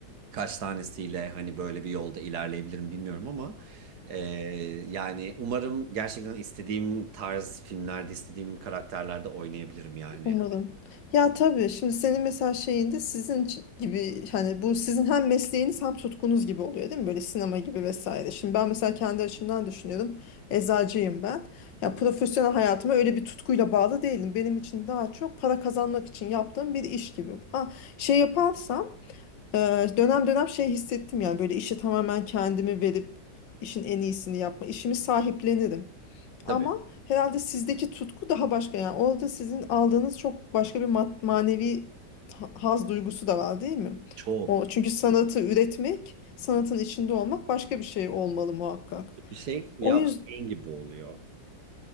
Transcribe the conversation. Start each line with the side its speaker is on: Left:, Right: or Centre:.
Right: kaç tanesiyle hani böyle bir yolda ilerleyebilirim bilmiyorum ama e, yani umarım gerçekten istediğim tarz filmlerde, istediğim karakterlerde oynayabilirim yani.
Left: Umarım. Ya tabii şimdi senin mesela şeyinde sizin ç- gibi hani bu sizin hem mesleğiniz hem tutkunuz gibi oluyor değil mi? Böyle sinema gibi vesaire. Şimdi ben mesela kendi açımdan düşünüyorum. Eczacıyım ben. Ya
Right: Hı hı.
Left: profesyonel hayatıma öyle bir tutkuyla bağlı değilim. Benim için daha çok para kazanmak için yaptığım bir iş gibi. Ha şey yaparsam e, dönem dönem şey hissettim yani böyle işe tamamen kendimi verip işin en iyisini yapma. işimi sahiplenirim.
Right: Tabii
Left: Ama herhalde sizdeki tutku daha başka yani. Orada sizin aldığınız çok başka bir ma- manevi ta- haz duygusu da var değil mi?
Right: çok
Left: O çünkü sanatı üretmek, sanatın içinde olmak başka bir şey olmalı muhakkak.
Right: bir şey ya
Left: O yüzden
Right: beyin gibi oluyor.